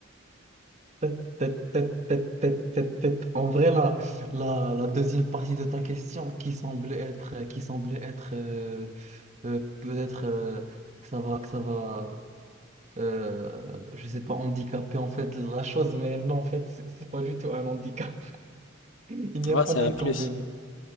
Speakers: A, on the right; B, on the left.
A: Tête, tête, tête, tête, tête, tête, tête. En vrai, la, la, la deuxième partie de ta question qui semblait être, qui semblait être euh, euh, peut-être euh, que ça va, que ça va euh, je sais pas, handicaper en fait la chose, mais non, en fait, c'est c'est pas du tout un handicap. <laughs> Il n'y
B: Ah,
A: a pas
B: c'est
A: d'inconvénient.
B: un plus.